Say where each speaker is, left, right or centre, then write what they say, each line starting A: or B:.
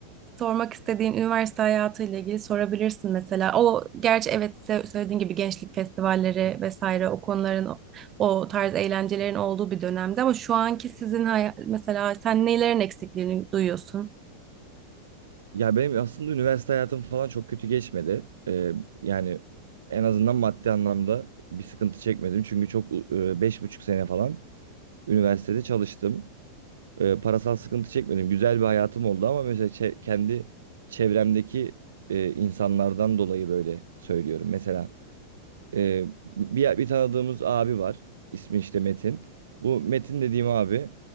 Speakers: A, on the right; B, on the right.
A: sormak istediğin üniversite hayatıyla ilgili sorabilirsin mesela. O gerçi evet se- söylediğin gibi gençlik festivalleri vesaire o konuların o o tarz eğlencelerin olduğu bir dönemde ama şu anki sizin haya- mesela sen nelerin eksikliğini duyuyorsun?
B: Ya benim aslında üniversite hayatım falan çok kötü geçmedi. Ee, yani en azından maddi anlamda bir sıkıntı çekmedim. Çünkü çok e, beş buçuk sene falan üniversitede çalıştım. Ee, parasal sıkıntı çekmedim. Güzel bir hayatım oldu ama mesela çe- kendi çevremdeki e, insanlardan dolayı böyle söylüyorum. Mesela Ee, bir, bir tanıdığımız abi var. İsmi işte Metin. Bu Metin dediğim abi